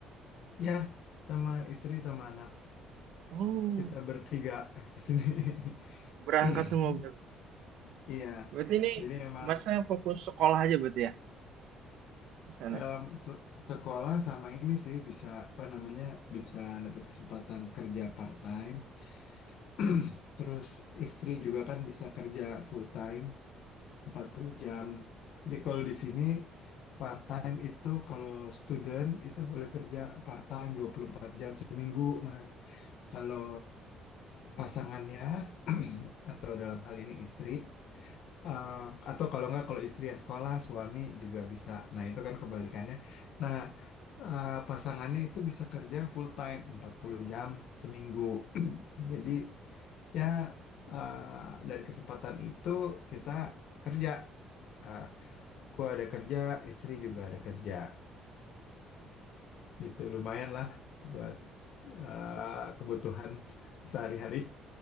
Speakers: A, on the left (about 65°); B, on the right (about 75°).
A: ya sama istri sama anak
B: Oh,
A: kita bertiga <laughs> ke sini.
B: berangkat
A: <clears throat>
B: semua berarti.
A: Iya.
B: Berarti ini
A: Jadi emang
B: masnya fokus sekolah aja berarti ya? di sana.
A: em,
B: <laughs>
A: se- sekolah sama ini sih bisa apa namanya bisa dapat kesempatan kerja part time. <clears throat> Terus istri juga kan bisa kerja full time. 40 jam. Jadi kalau di sini part time itu kalau student itu boleh kerja part time 24 jam seminggu, Mas. Kalau pasangannya <clears throat> atau dalam hal ini istri eh, atau kalau nggak kalau istri yang sekolah, suami juga bisa. Nah, itu kan kebalikannya. Nah, eh, pasangannya itu bisa kerja full time 40 jam seminggu. <clears throat> Jadi ya eh, dari kesempatan itu kita kerja Eh, Gua ada kerja, istri juga ada kerja. Gitu lumayan lah buat eh, kebutuhan sehari-hari,